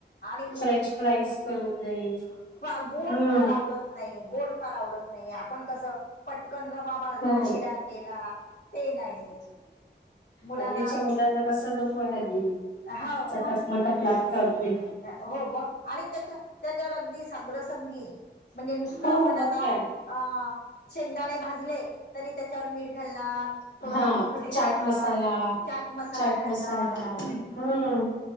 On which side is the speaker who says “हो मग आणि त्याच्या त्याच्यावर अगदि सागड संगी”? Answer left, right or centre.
Left